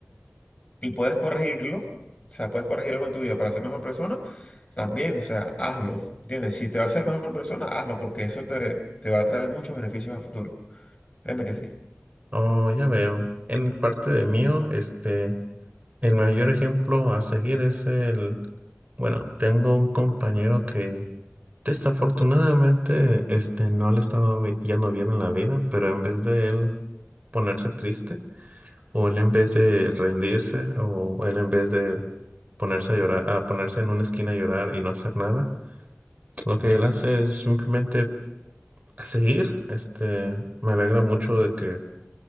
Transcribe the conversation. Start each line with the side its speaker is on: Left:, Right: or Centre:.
Left: <clears throat> y puedes corregirlo, o sea, puedes corregir algo en tu vida para ser mejor persona, también, o sea, hazlo, ¿entiendes? Si te va a hacer mejor persona, hazlo, porque eso te, te va a traer muchos beneficios a futuro. Créeme que sí.
Right: Oh, ya veo. En parte de mío, este, el mayor ejemplo a seguir es el Bueno, tengo un compañero que desafortunadamente este, no le ha estado yendo bien en la vida, pero en vez de él ponerse triste, o él en vez de rendirse, o él en vez de ponerse a llorar, a ponerse en una esquina a llorar y no hacer nada, lo que él hace es simplemente a seguir. Este, me alegra mucho de que,